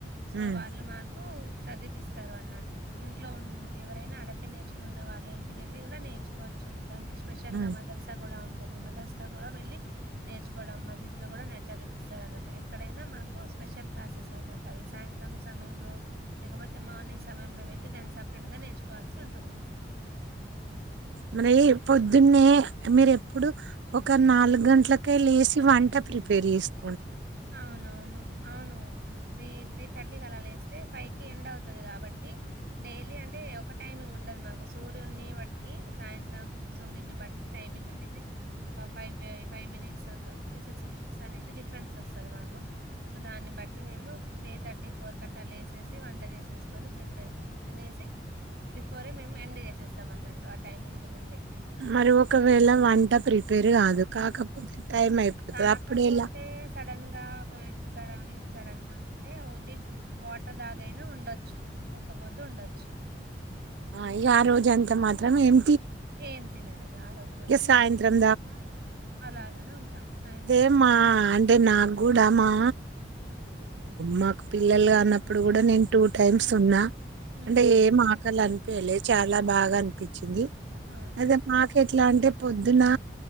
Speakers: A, on the right (about 60°); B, on the right (about 85°).
A: సో
B: ఉమ్
A: వాళ్ళు మాకు చదివిపిస్తారు అన్నట్టు ఇంట్లో ఉన్ ఎవరైనా అరబ్బీ నేర్చుకునిన్న వాళ్ళు ఇంటికెళ్ళి కూడా నేర్చుకోవచ్చు. దానికి స్పెషల్
B: ఉమ్
A: గా మదరస కూడా ఉం అది మదర్స లో కూడా వెళ్ళి నేర్చుకోవడం మస్జీద్ లో కూడా నే చదివిపిస్తారన్నట్టు. ఎక్కడైనా మాకు స్పెషల్ క్లాసెస్ అన్నట్టు. అవి సాయంత్రం సమయంలో లేకపోతే మార్నింగ్ సమయం లొ వెళ్ళి దానికి సపరేట్ గా నేర్చుకోవాల్సి ఉంటుంది
B: మరి పొద్దున్నే మీరు ఎప్పుడు ఒక నాలుగు గంటలకే లేసి వంట ప్రిపేర్ చేస్తా
A: అవునవును అవును త్రీ త్రీ థర్టీకి అలా లేస్తే ఫైవ్కి ఎండ్ అవుతది. కాబట్టి డైలీ అంటే ఒక టైమింగ్ ఉండదు. మాకు సూర్యున్ని బట్టి సాయంత్రం సూర్యుని బట్టి టైమింగ్ అనేది ఒక ఫైవ్ ఫై ఫైవ్ మినిట్స్ సిక్స్ మినిట్స్ అనేది డిఫరెన్స్. వస్తది మాకు సో దాన్ని బట్టి మేము త్రీ థర్టీ ఫోర్ కట్ట లేసేసి వంట చేసేసుకొని ప్రిపరే తినేసి బిఫోరే మేము ఎండ్ చేసేస్తాం. అన్నట్టు ఆ టైమింగ్కి ముందే
B: మరి ఒకవేళ వంట ప్రిపేర్ కాదు కాకపోతే టైం అయిపోతది
A: కాకపోతే
B: అప్పుడు ఎలా
A: సడన్ గా ఒక <unintelligible> వెడుకారం అనేది సడన్ గా అంటే ఓన్లీ వాటర్ దాగైనా ఉండొచ్చు ఒక్క పొద్దు ఉండొచ్చు
B: ఆ ఇక ఆ రోజ అంత మాత్రం ఎం
A: ఏం తినరు ఆ రోజు మొత్తం
B: సాయంత్రం
A: ఏం తినం అలాగనే ఉంటాము సాయంత్రం
B: అదేమ్మా
A: తింటాము
B: అంటే నాకు కూడా మా మాకు పిల్లలు గన్నప్పుడు కూడా నేను టూ టైమ్స్ ఉన్నా
A: హ్మ్
B: అంటే
A: హ్మ్
B: ఏం ఆకలి అని పళ్లే చాలా బాగా అనిపి ి
A: అవును
B: అదే మా ఎట్లా అంటే పొద్దునా